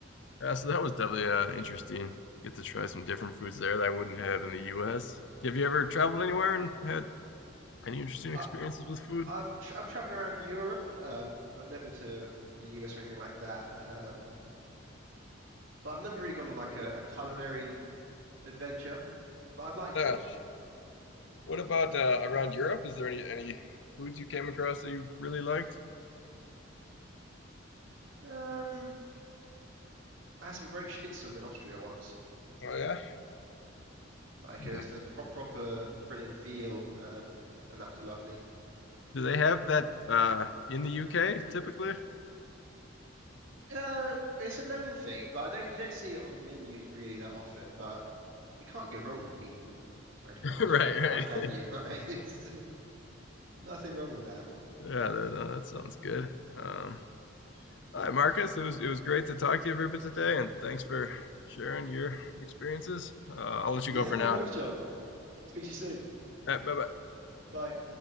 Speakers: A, on the left; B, on the right.
A: Yeah, so that was definitely uh, interesting. Get to try some different foods there that I wouldn't have in the U.S. Have you ever traveled anywhere and had any interesting
B: I,
A: experiences with food?
B: I've tr I've traveled around Europe, um, but never to the US or anything like that. Um, but I've never really gone on like a, a culinary adventure, but I'd like
A: Yeah,
B: to.
A: What about uh, around Europe? Is there any any foods you came across that you really liked?
B: Um, I had some great schnitzel in Austria once,
A: Oh yeah.
B: like
A: Like,
B: it was the pro proper breaded veal, um, and that was lovely.
A: Do they have that uh, in the UK typically?
B: Uh, it's a known thing, but I don't you don't see it on the menus really that often. But you can't go wrong with meat and breadcrumbs
A: <laughs> Right,
B: deep fried,
A: right.
B: can
A: <laughs>
B: you? <laughs> Like, it's nothing wrong with that.
A: Yeah, that, uh, that sounds good. Um, all right, Marcus, it was it was great to talk to you for today, and thanks for sharing your experiences. Uh, I'll let
B: Yeah,
A: you go for
B: no
A: now.
B: worries,
A: All
B: John. Speak to you soon.
A: right, bye bye.
B: Bye.